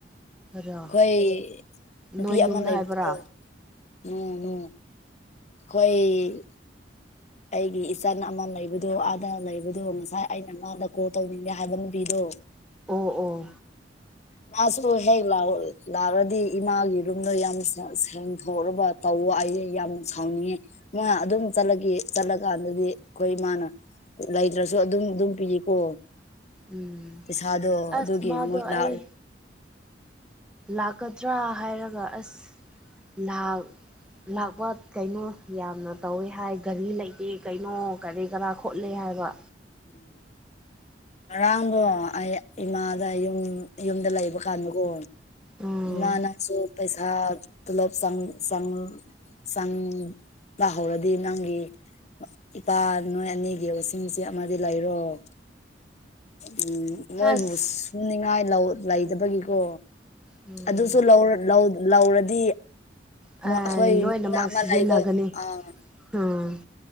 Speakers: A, in the centre; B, on the left (about 40°).
A: ꯔꯥ
B: ꯑꯩꯈꯣꯏ ꯅꯨꯗꯤ
A: ꯅꯣꯏ
B: ꯑꯃ
A: ꯌꯨꯝꯗ
B: ꯂꯩꯕꯗꯣ
A: ꯍꯥꯏꯕ꯭ꯔꯥ
B: ꯅꯅ ꯑꯩꯣꯏ ꯑꯩꯒꯤ ꯏꯆꯟ ꯑꯃ ꯂꯩꯕꯗꯣ ꯑꯥꯗ ꯂꯩꯕꯗꯣ ꯉꯁꯥꯏ ꯑꯩꯅ ꯃꯥꯗ ꯀꯣꯜ ꯇꯧꯅꯤꯡꯉꯦ ꯍꯥꯏꯕ ꯃꯕꯤꯗꯣ
A: ꯑꯣ ꯑꯣ
B: ꯃꯥꯁꯨ ꯍꯦꯛ ꯂ ꯂꯥꯛꯑꯗꯤ ꯏꯃꯥꯒꯤ ꯔꯨꯝꯗ ꯌꯥꯝ ꯁꯦꯡꯗꯣꯛꯕ ꯇꯧ ꯑꯩ ꯌꯥꯝ ꯁꯥꯎꯅꯤꯡꯉꯦ ꯃꯣꯏ ꯑꯗꯨꯝ ꯆꯠꯂꯒꯦ ꯆꯠꯂ ꯀꯥꯟ ꯍꯥꯏꯗꯤ ꯑꯩꯈꯣꯏ ꯏꯃꯅ ꯂꯩꯇ꯭ꯔꯁꯨ ꯑꯗꯨꯝ ꯑꯗꯨꯝ ꯄꯤꯔꯤꯀꯣ
A: ꯎꯝ
B: ꯄꯩꯁꯥꯗꯣ
A: ꯑꯁ
B: ꯑꯗꯨꯒꯤ
A: ꯃꯥꯗꯣ
B: ꯃꯣꯏ ꯂꯥ
A: ꯑꯩ ꯂꯥꯛꯀꯗ꯭ꯔꯥ ꯍꯥꯏꯔꯒ ꯑꯁ ꯂꯥꯛꯄ ꯀꯩꯅꯣ ꯌꯥꯝꯅ ꯇꯧꯋꯦ ꯍꯥꯏ ꯒꯥꯔꯤ ꯂꯩꯇꯦ ꯀꯩꯅꯣ ꯀꯔꯤ ꯀꯔꯥ ꯈꯣꯠꯂꯤꯦ ꯍꯥꯏ ꯍꯥꯏꯕ
B: ꯎꯝ ꯉꯔꯥꯡꯗꯣ ꯑꯩ ꯏꯃꯥꯗ ꯌꯨꯝ ꯌꯨꯝꯗ ꯂꯩꯕ ꯀꯥꯟꯗꯀꯣ
A: ꯎꯝ
B: ꯃꯥꯅꯁꯨꯣ ꯄꯩꯁꯥ ꯄꯨꯂꯞ ꯁ ꯁ ꯁ ꯂꯥꯍꯧꯔꯗꯤ ꯅꯪꯒꯤ ꯏꯄꯥ ꯅꯣꯏ ꯑꯅꯤꯒꯤ ꯋꯥꯁꯤꯡ ꯑꯃꯗꯤ ꯂꯩꯔꯣ ꯎꯝ ꯃꯣꯏꯕꯨ
A: ꯑꯁ
B: ꯁꯨꯅꯤꯡꯉꯥꯏ ꯂꯧ ꯂꯩꯗꯕꯒꯤꯀꯣ
A: ꯎꯝ
B: ꯑꯗꯨꯁꯨ ꯂꯧꯔꯗꯤ
A: ꯑꯦ
B: ꯍꯈꯣꯏ
A: ꯂꯣꯏꯅꯃꯛ
B: ꯌꯨꯝꯗ ꯑꯃ
A: ꯁꯤꯖꯤꯟꯅꯒꯅꯤ
B: ꯂꯩꯕ ꯑꯥ
A: ꯎꯝ